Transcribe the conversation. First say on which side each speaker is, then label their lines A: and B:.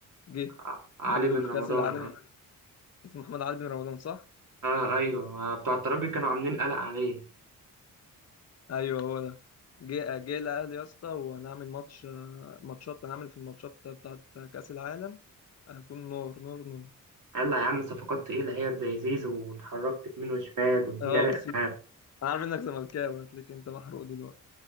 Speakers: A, on the left (about 50°); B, on the right (about 65°).
A: جه
B: ع- علي
A: برضه
B: بن
A: في
B: رمضان
A: كأس العالم
B: اه,
A: اسمه محمد علي بن رمضان صح؟
B: آه ايوه ما بتوع الترجي كانوا عاملين قلق عليه
A: ايوه هو ده جه جه الاهلي يا اسطى وهنعمل ماتش آه، ماتشات هنعمل في الماتشات بتاعت كأس العالم هيكون نور نور نور
B: قال لا يا عم صفقات تقيله هي زي زيزو واتحركت يمين وشمال والدنيا
A: اه
B: رايقه
A: وسيم
B: معاك
A: انا عارف انك زملكاوي هتلاقيك انت محروق دلوقتي